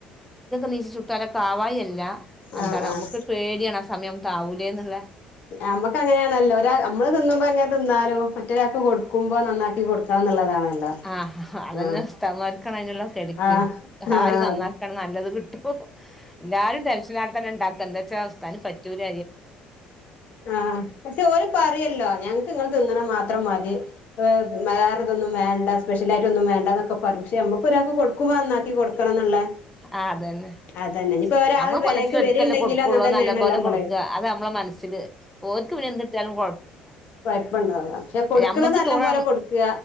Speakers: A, in the centre; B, on the left (about 55°).
A: നീശി ചുട്ടാല ക ആാവായില്ല എന്താ
B: ആഹ് ആഹ്
A: നമുക്ക് പേടിയാണ് ആ സമയം താവൂലേന്നുള്ള
B: നമുക്ക് അങ്ങനെയാണല്ലോ ഒരാ നമ്മള് തിന്നുമ്പോ അങ്ങനെ തിന്നാലോ മറ്റൊരാൾക്ക് കൊടുക്കുമ്പോ നന്നാക്കി കൊടുക്കണം എന്നുള്ളതാണല്ലോ
A: ആ അതന്നെ
B: ആഹ്
A: സ്ഥമാരിക്കണംുള്ള കെടറ്റ്
B: ആഹ് ആഹ്
A: നന്നാക്കണം
B: അതെ
A: നല്ലത് കട്ട എല്ലാരും ടെൻഷന ആൽ തന്നെ ഉണ്ടാക്ക എന്താ വച്ചാ അവസ്ഥാനും പറ്റൂലല്
B: ആ പക്ഷെ ഒരു പറയല്ലോ ഞങ്ങക്ക് ഇങ്ങൾ തിന്നണ മാത്രം മതി വേറെ ഇതൊന്നും വേണ്ട സ്പെ്യലയിട്ട ഒന്നും വേണ്ട എന്നൊെ പക്ഷ നമുക്ക് ഒരാക്ക് കൊടുക്കോ എന്നാക്കി കൊടുക്ക നക്കണംന്ന
A: ആഹ് അതന്നെ
B: അതന്നെ ഇനിപ്പോൊ ഒരാൾ
A: നമ്മള്
B: വരക്ക്െ
A: കൊല്ലത്തില് ഒരിക്കല്ലേ
B: വരുണ്ടെങ്കിലും
A: കൊടുക്കുള്ളൂ
B: അങ്ങനെ തന്നെയാണല്ലോ
A: നല്ല പോലെ
B: നമ്മള്
A: കൊടുക്കുക അത് നമ്മളെ മനസ്ൽ ഓർക്ക് പിെ എന്ത്രിച്ചാലുംഴ
B: കുഴപ്പുണ്ടാവില്ല പക്ഷെ കൊടുക്കണതെല്ലാം
A: ഞമ്മക്ക് തോണ
B: പോലെ കൊടുക്കുക